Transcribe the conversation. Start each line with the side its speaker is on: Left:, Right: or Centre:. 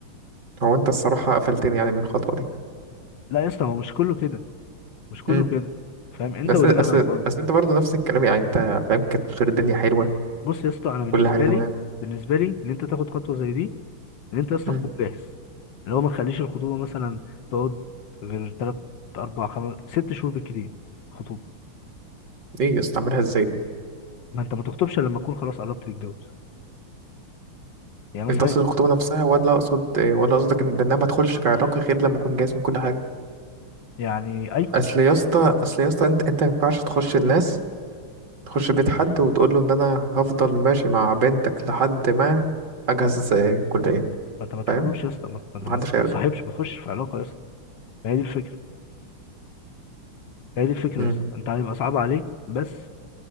Right: هو انت الصراحة قفلتني يعني من الخطوة دي
Left: لا يا اسطى هو مش كله كده مش كله
Right: مم.
Left: كده فاهم انت
Right: بس
Left: ودماغك
Right: بس
Left: برضه
Right: بس انت برضه نفس الكلام يعني انت فاهم كانت بتصير الدنيا حلوة
Left: بص يا اسطى انا بالنسبه
Right: كل حاجة تمام
Left: لي بالنسبه لي ان انت تاخد خطوه زي دي ان انت يا اسطى
Right: مم.
Left: تكون جاهز اللي هو ما تخليش الخطوبه مثلا تقعد غير تلات اربع خمس ست شهور بالكتير خطوبه
Right: ايه يا اسطى عاملها ازاي دي
Left: ما انت ما تخطبش إلا لما تكون خلاص قربت تتجوز يعني مثلا
Right: انت قصد الخطوبة نفسها ولا اقصد ولا قصدك ان ده ان انا ما ادخلش في علاقة غير لما اكون جاهز من كل حاجة
Left: يعني ايوه
Right: اصل يا اسطى اصل يا اسطى انت انت ما ينفعش تخش الناس تخش بيت حد وتقول له ان انا هفضل ماشي مع بنتك لحد ما اجهز آه، كلية
Left: ما انت ما تقولوش
Right: فاهم
Left: يا اسطى ما ما-
Right: محدش
Left: ما- ما
Right: هيرضى
Left: تصاحبش ما تخشش في علاقه يا اسطى هي دي الفكره هي دي الفكره
Right: مم.
Left: يا اسطى انت هيبقى صعب عليك بس